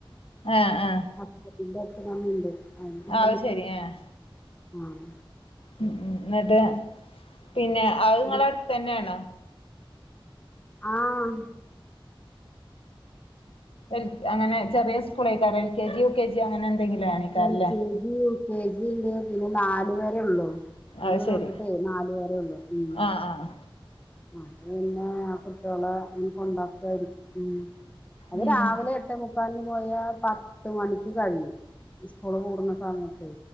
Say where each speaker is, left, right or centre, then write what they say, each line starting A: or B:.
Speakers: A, on the left; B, on the left.
A: ആഹ് ആഹ്
B: ഹസ്ബൻഡിന്റെ അച്ഛനമ്മേണ്ട് അതോണ്ട് ഇവിട
A: അത്
B: നിക്കും
A: ശരി ആഹ്
B: ആഹ്
A: ഉം എന്നട്ട് പിന്നെ അത്ങ്ങള
B: ഇനി-
A: അടുത്തന്നെയാണോ
B: ആഹ്
A: എൽ അങ്ങനെ ചെറിയ സ്കൂളെക്കാരം L K G U K G അങ്ങന എന്തെങ്കിലു ആയിരിക്കുവല്ലേ
B: എൽ കെ യു കെ ജി ഇണ്ട് പിന്നെ നാലു വെരെ ഉള്ളു
A: അത്
B: ഒന്ന്
A: ശരി
B: തൊട്ടിട്ടെ നാല് വെരെ ഉള്ളൂ ഉം
A: ആഹ് ആഹ്
B: അത് പിന്നെ ആ കുട്ടികളെ ഇനി കൊണ്ടാക്കുവായിരിക്കും ഉം അത്
A: ഉം
B: രാവിലെ എട്ടെ മുക്കാൽന് പോയാ പത്ത് മണിക്ക് കഴിയും സ്കുള് പൂടുന്ന സമയത്ത്